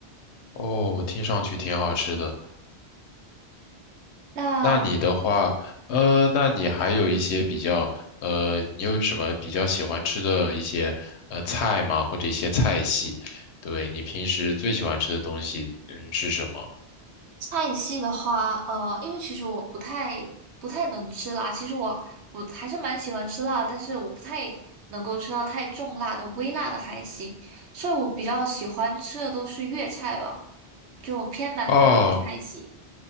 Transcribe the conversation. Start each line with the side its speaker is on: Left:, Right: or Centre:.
Left: 哦，听上去挺好吃的。
Right: 那
Left: 那你的话，呃，那你还有一些比较，呃，你有什么比较喜欢吃的一些呃菜吗？或者一些菜系？对，你平时最喜欢吃的东西，嗯，是什么？
Right: 菜系的话，呃，因为其实我不太不太能吃辣，其实我我还是蛮喜欢吃辣的，但是我不太能够吃到太重辣的，微辣的还行，所以我比较喜欢吃的都是粤菜吧，就偏南方的菜系。
Left: 哦，